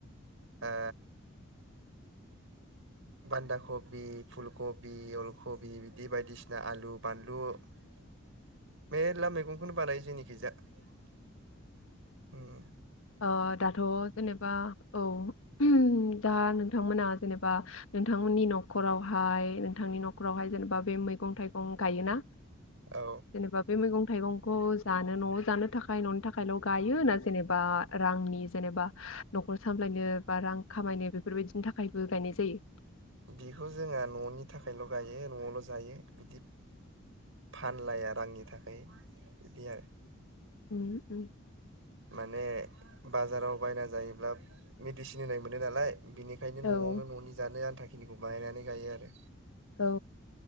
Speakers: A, on the right (about 70°); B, on the left (about 75°).
A: आ बान्दा कबि, फुल कबि, अलखबि बिदि बायदिसिना आलु, बानलु <inaudible> मेर्ला मैगंखौनो बानायो जोंनिखिजा। <inaudible> हुम
B: अ दाथ' जेनेबा औ उम। दा नोंथांमोना जेनेबा नोंथांमोननि न'खरावहाय नोंथांनि न'खरावहाय जेनेबा बे मैगं थाइगं गायोना?
A: औ
B: <inaudible> जेनेबा बे मैगं थाइगंखौ जानो न'आव जानो थाखाय न'नि थाखायल' गायो ना जेनेबा रांनि जेनेबा न'खर सामलायनो बा रां खामायनो बेफोरबायदिनि थाखायबो गायनाय जायो।
A: बेखौ जोंहा न'नि थाखायल' गायो न'आवल' जायो बिदि फानलाया रांनि थाखाय। बिदि आरो
B: उम उम।
A: माने बाजाराव बायना जायोब्ला मिडिसिन होनाय मोनो नालाय। बिनिखायनो
B: औ
A: न'आवनो न'नि जानो आनथा खिनिखौ बायनानै गायो आरो
B: औ